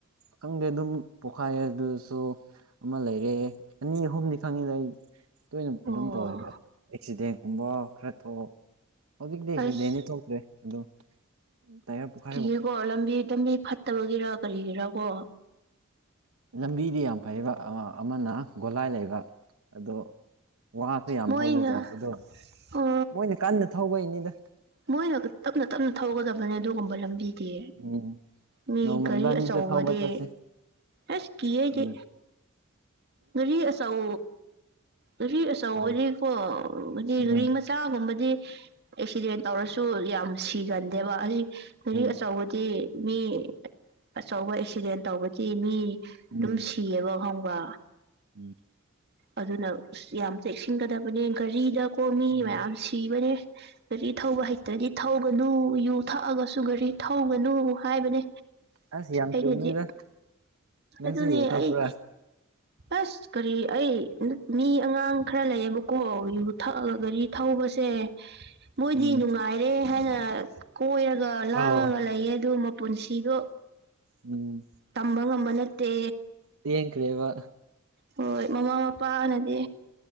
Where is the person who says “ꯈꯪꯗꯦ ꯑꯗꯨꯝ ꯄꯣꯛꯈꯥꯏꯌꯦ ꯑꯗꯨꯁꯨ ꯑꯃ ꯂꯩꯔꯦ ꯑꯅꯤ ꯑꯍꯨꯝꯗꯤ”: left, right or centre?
Right